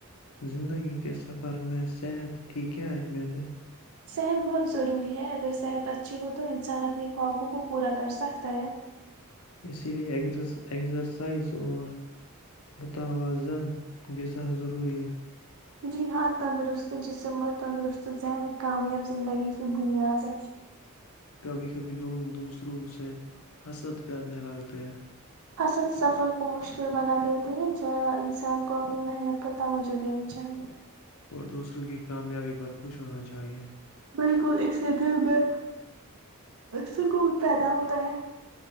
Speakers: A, on the left; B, on the right.
A: زندگی کے سفر میں صحت کی کیا اہمیت ہے
B: صحت بہت ضروری ہے اگر صحت اچھی ہو تو انسان اپنے خوابوں کو پورا کرسکتا ہے
A: اسی لیے ایکسرسائز اور متوازن غذا ضروری ہے
B: جی ہاں تندرست جسم اور تندرست ذہن کامیاب زندگی کی بنیاد ہے
A: کبھی کبھی لوگ دوسروں سے حسد کرنے لگتے ہیں
B: حسد سفر کو مشکل بنا دیتے ہیں ج انسان کو اپنی محنت پر توجہ دینی چاہیے
A: اور دوسروں کی کامیابی پر خوش ہونا چاہیے
B: بالکل اس سے دل میں سکون پیدا ہوتا ہے